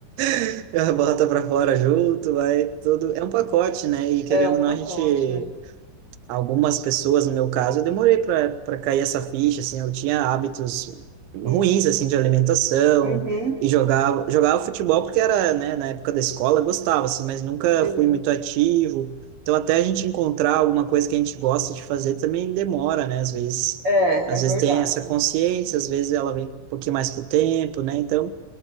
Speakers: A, on the right; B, on the right.
A: <laughs> já bota para fora junto, vai tudo. É um pacote, né? E querendo
B: é um
A: ou
B: pacote.
A: não, a gente
B: É.
A: algumas pessoas, no meu caso, eu demorei para para cair essa ficha, assim, eu tinha hábitos
B: Hum,
A: ruins, assim, de alimentação
B: Uhum,
A: e jogava jogava futebol porque era, né, na época da escola, eu gostava assim, mas nunca
B: sim.
A: fui muito ativo. Então até a gente encontrar alguma coisa que a gente gosta de fazer também demora, né, às vezes.
B: É,
A: Às
B: é
A: vezes
B: verdade.
A: tem essa consciência, às vezes ela vem um pouquinho mais com o tempo, né? Então,